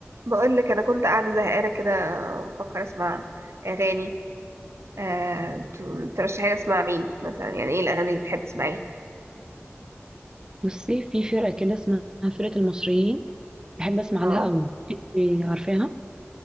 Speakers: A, on the right (about 85°); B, on the right (about 15°).
A: بقول لك انا كنت قاعده زهقانه كده بفكر اسمع اغاني آه، ت- ترشحي لي اسمع مين مثلا يعني ايه الاغاني اللي بتحب تسمعيها
B: بصي في فرقة كده اسمها فرقة المصريين بحب اسمع
A: اه
B: لها قوي انت عارفاها